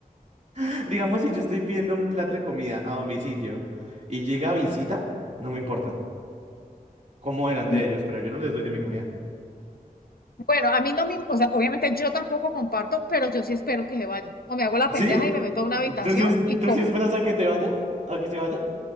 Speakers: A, on the right; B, on the left.
A: <laughs> digamos, si yo estoy pidiendo un plato de comida a domicilio y llega visita, no me importa. Como delante
B: Mm,
A: de ellos, pero yo no les doy de mi comida.
B: Bueno, a mí no me, o sea, obviamente yo tampoco comparto, pero yo sí espero que se vayan. O me hago la
A: ¿Sí?
B: pendeja y me meto a una habitación
A: ¿Tú sí, es-
B: y
A: tú
B: como.
A: sí esperas a que te vayas? ¿A que se vayan?